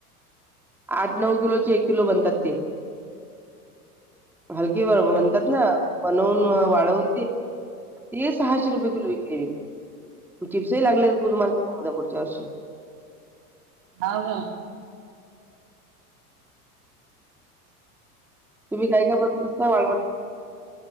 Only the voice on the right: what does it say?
हा
हम्म
हव का?